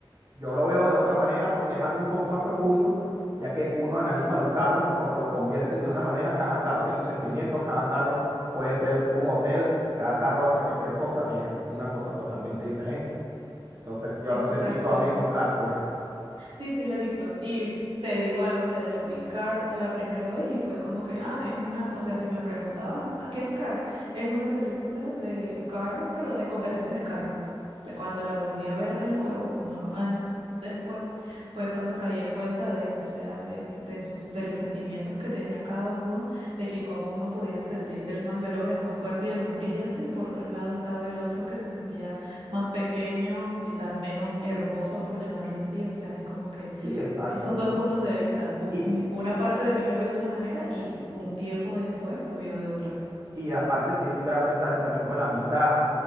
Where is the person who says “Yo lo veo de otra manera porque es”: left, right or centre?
Right